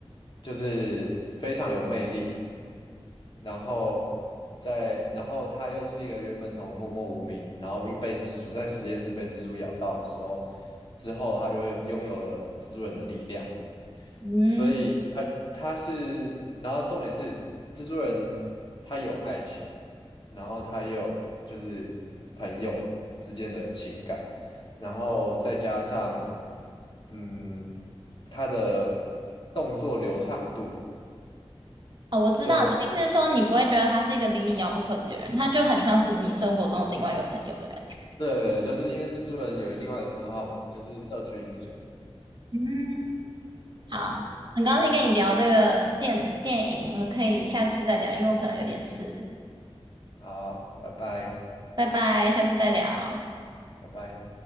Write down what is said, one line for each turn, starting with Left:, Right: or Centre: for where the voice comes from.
Left: 就是非常有魅力。然后在然后他又是一个原本从默默无名，然后因为被蜘蛛在实验室被蜘蛛咬到的时候，之后他就会拥有了蜘蛛人的力量。
Right: 嗯，
Left: 所以他他是，然后重点是蜘蛛人他有爱情，然后他也有就是朋友之间的情感，然后再加上嗯他的动作流畅度
Right: 哦，我知道，
Left: 就
Right: 意思是说你不会觉得他是一个离你遥不可及的人，他就很像是你生活中的另外一个朋友的感觉。
Left: 对，就是因为蜘蛛人有另外的称号嘛，就是社区英雄。
Right: 嗯好，很高兴跟你聊这个电电影，我们可以下次再聊，因为我可能有点事。
Left: 好，拜拜，
Right: 拜拜，下次再聊。
Left: 拜拜。